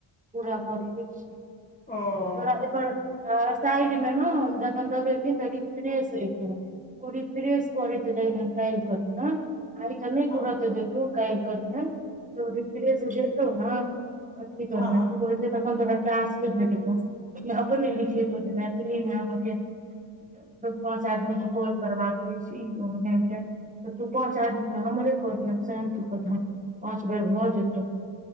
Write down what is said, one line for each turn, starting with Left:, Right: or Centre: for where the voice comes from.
Right: पूरा करै कऽ छै तोड़ा
Left: ओ
Right: एतअ आ साइड मे न जखन दऽ देबही त रीफ्रेेश एतो ओ रीफ्रेश करैत रहियऽ काल्हि करियअ आइ तऽ नहि
Left: हँ
Right: तुरत देतौ काल्हि करिहे तो रिफ्रेश जेतौ नऽ अथि करियह
Left: हँ हँ
Right: की कहै से तन तो पचासे भेटतौ ई अपने लिखितौ जे मैथिलीमे अहाँकेँ दू पाँच आदमी के कॉल करबाका अछि ई अहीकेँ तऽ तू पाँच आदमीमे हमरे करिह सेह तू कह पाँच बेर भऽ जेतौ